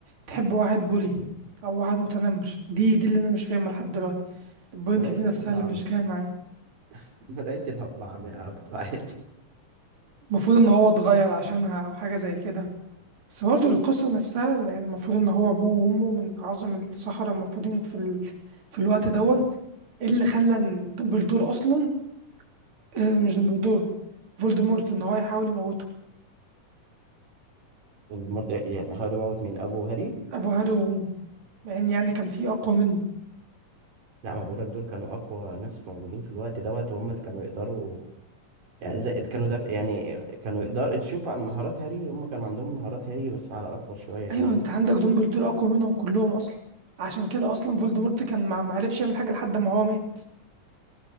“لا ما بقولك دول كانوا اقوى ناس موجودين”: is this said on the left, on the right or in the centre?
Right